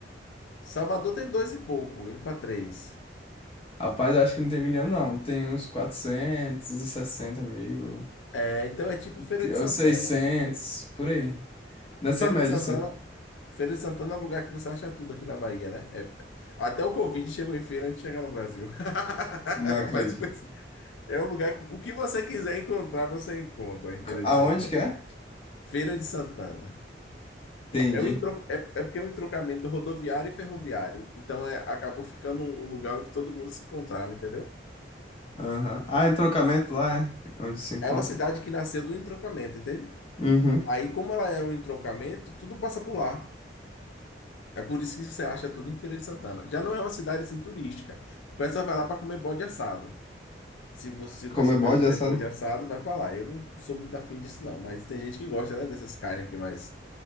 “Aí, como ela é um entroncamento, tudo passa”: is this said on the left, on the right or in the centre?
Left